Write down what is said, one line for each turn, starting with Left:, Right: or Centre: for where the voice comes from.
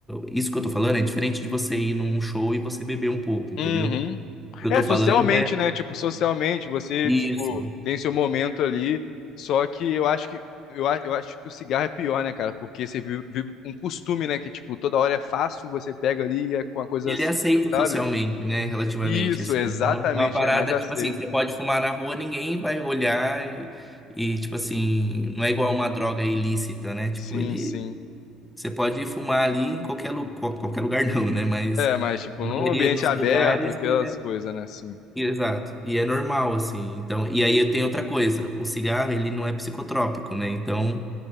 Centre: isso que eu tô falando é diferente de você ir num show e você beber um pouco, entendeu?
Left: Uhum.
Centre: O que
Left: É,
Centre: eu tô
Left: socialmente,
Centre: falando é
Left: né? Tipo, socialmente, você,
Centre: isso.
Left: tipo, tem seu momento ali. Só que eu acho que eu, a- eu acho que o cigarro é pior, né, cara? Porque você vive, vive um costume, né? Que, tipo, toda hora é fácil, você pega ali e é com uma coisa
Centre: Ele
Left: assim,
Centre: é aceito
Left: sabe?
Centre: socialmente, né? Relativamente,
Left: Isso,
Centre: assim.
Left: exatamente,
Centre: Então, é uma parada,
Left: é mais aceito.
Centre: tipo assim, você pode fumar na rua, ninguém vai olhar e, e, tipo assim, não é igual uma droga ilícita, né? Tipo,
Left: Sim,
Centre: ele,
Left: sim.
Centre: você pode fumar ali em qualquer, lu- qual- qualquer lugar não, né? Mas
Left: É, mas, tipo,
Centre: na
Left: num
Centre: maioria
Left: ambiente
Centre: dos
Left: aberto,
Centre: lugares,
Left: aquelas
Centre: é,
Left: coisas, né? Sim.
Centre: exato. E é normal, assim. Então, e aí eu tenho outra coisa, o cigarro, ele não é psicotrópico, né? Então,